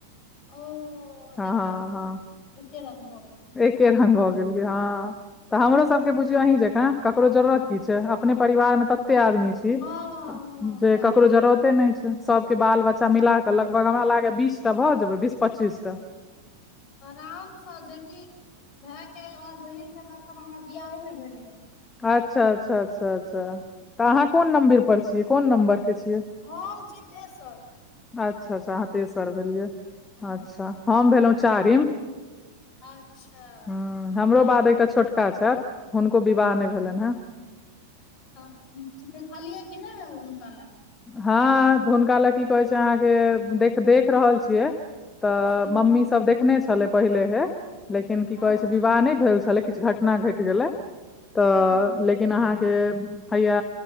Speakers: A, on the left; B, on the left.
A: ओ
B: हँ
A: देखियो
B: हँ हँ
A: एके रंग भ गेलै
B: एके रंग भ गेले हँ तऽ हमरो सबके बुझियो अहीं जकाँ ककरो जरूरत की छै अपने परिवार मे तते आदमी
A: हँ
B: छी
A: हँ
B: जे
A: वैह
B: ककरो
A: वला
B: जरूरते नै छै सबके बाल बच्चा मिलाक लगभग हमरा लागय बीस टा भए जेबै बीस पच्चीस टा
A: आराम स जेकि भाए के आओर बहिन के लखन हमर बियाही मे भेले या
B: अच्छा अच्छा अच्छा अच्छा तऽ अहाँ कोन नम्बिर पर छीयै कोन नंबर के छीयै
A: हम छीयै तेसर
B: अच्छा अच्छा आहाँ तेसर भेलियै
A: हँ
B: अच्छा हम भेलौं चारिम
A: अच्छा
B: हूँ
A: शादी
B: हमरो बाद एकटा छोटका छैथ हुनको विवाह नै भेलैन हेँ
A: तब ठीक छी देखलियै कि नै हुनका लए
B: हँऽ त हुनका लेए की कहै छै अहाँ के देख देख रहल छी छिय तऽ
A: हूँ
B: मम्मी सब देखने छलै पहिले हे लेकिन की
A: हँ
B: कहै छै विवाह नै भेल छलै किछ घटना घटि गेलै तऽ
A: हँ
B: लेकिन अहाँके हैया